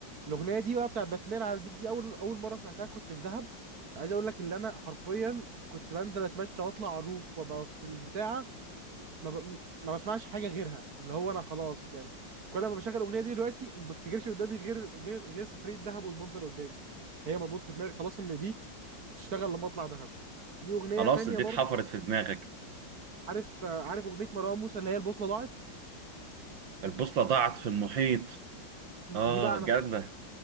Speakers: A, on the right; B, on the right.
A: الاغنيه دي بقى بتاعت باتمان على البيت دي اول اول مره سمعتها كنت في دهب عايز اقول لك ان انا حرفيا كنت بنزل اتمشى واطلع على الروف وابقى في البتاعه ما, ب... ما بسمعش حاجه غيرها اللي هو انا خلاص يعني كل ما بشغل الاغنيه دي دلوقتي ما بفتكرش قدامي غير غير غير سفريه دهب والمنظر قدامي هي مربوطه في دماغي خلاص ان دي بتشتغل لما اطلع دهب في اغنيه
B: خلاص
A: تانية
B: دي
A: برضو
B: اتحفرت في دماغك
A: عارف آه، عارف اغنيه مروان موسى اللي هي البوصله ضاعت
B: البوصلة ضاعت في المحيط اه
A: دي بقى انا
B: جامدة